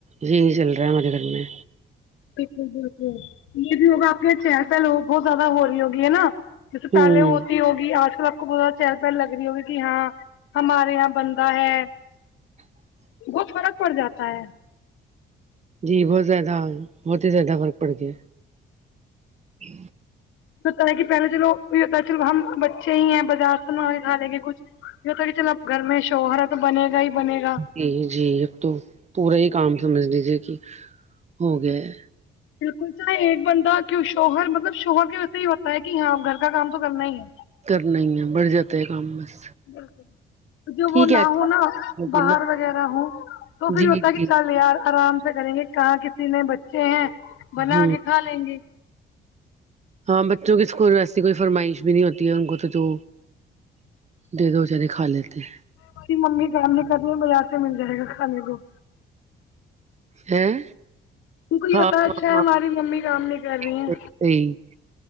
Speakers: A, on the right; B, on the left.
A: یہی چل رہا ہے ہمارے گھر میں
B: بالکل بالکل یہ بھی ہوگا آپنی چار سال بہت زیادہ ہو رہی ہوگی ہے نا جس
A: ہوں
B: پہلے ہوت ہوتی آج کل آپ کو بت چہل پہل لگ رہی ہوگی ہاں کہ ہاں ہمارے یہاں بندہ ہے
A: سس سس
B: بت فرق پڑجاتا ہے
A: جی بہت زیادہ بہت ہی زیادہ فرق پڑ گیا ہے ہی
B: ہوتا ہے کہ پہلے چلویہ ہوتا ہے چلو ہم بچے ہی ہیں بازار سے مانگا کے کھالینگے کچھ یہ تو ہوتا کی چلو اب گھر میں شوہر ہے تو بنے گا ہی بنے گا
A: جی جی ایک تو پورا ہی کام سمجھ لیجیے کہ ہو گیا ہے
B: بالکل چاہے ایک بندہ کیوں شوہر مطلب شوہر کے ویسے ہی ہوتا ہے کہ ہاں گھر کا کام تو کرنا ہی ہے
A: کرنا ہی ہے بڑھ جاتا ہے کام بس
B: بالکل جو
A: ٹھیک
B: وہ
A: ہے
B: نہ
A: اچھا
B: ہو نا باہر
A: نا
B: وغیرہ ہو تو پھر
A: جی
B: ہوتا
A: جی
B: ہے کہ چل یار آرام سے کریں گے کہاں کسی نے بچے ہیں بنا
A: ہوں
B: کے کھا لیں گے
A: ہاں بچوں کے اسکول میں ایسی کوئی فرمائش بھی نہیں ہوتی ہے ان کو جو دے دو جو کھا لیتے ہیں
B: اس کی ممی کام نہیں کر رہی بازار سے مل جائے گا کھانے کو
A: ہیں
B: ان کو یہ
A: ہاں
B: ہوتا اچھا
A: ہاں
B: ہے
A: ہاں
B: ہماری ممی کام نہیں کر رہی
A: صحیح
B: ہیں
A: جی